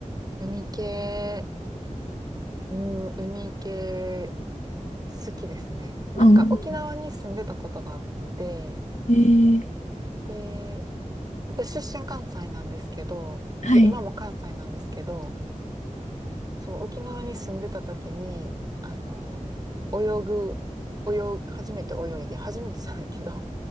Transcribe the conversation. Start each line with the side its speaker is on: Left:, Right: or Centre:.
Right: 海系、うん、海系好きですね。なんか沖縄に住んでたことがあって、
Left: うん。えー
Right: で、私出身関西なんですけど、
Left: はい。
Right: で、今も関西なんですけど、そう、沖縄に住んでた時に、あの、泳ぐ、泳ぐ、初めて泳いで、初めてじゃないけど、